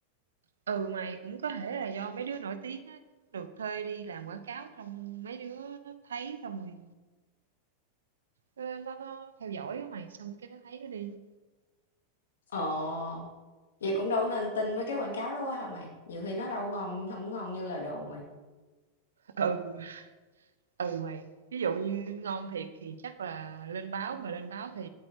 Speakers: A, on the right; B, on the left.
A: Ừ mày cũng có thể là do mấy đứa nổi tiếng á, được thuê đi làm quảng cáo xong mấy đứa nó thấy xong rồi nó nó, nó theo dõi á mày xong cái nó thấy nó đi.
B: Ờ, vậy cũng đâu nên tin mấy cái quảng cáo đó quá hả mày? Nhiều khi nó đâu có ngon, không có ngon như lời đồn mày.
A: Ừ. ừ mày ví dụ như ngon thiệt thì chắc là lên báo mà lên báo thì